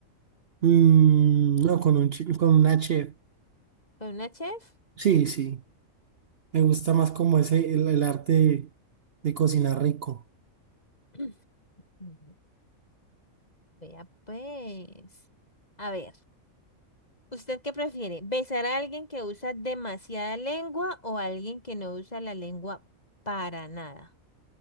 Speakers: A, on the right; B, on the left.
A: Mm, no, con un, chi- con una chef.
B: ¿Con una chef?
A: Sí, sí. Me gusta más como ese, el, el arte de, de cocinar rico.
B: <clears throat> Ujú. Vea pues. A ver. ¿Usted qué prefiere? ¿Besar a alguien que usa demasiada lengua o a alguien que no usa la lengua para nada?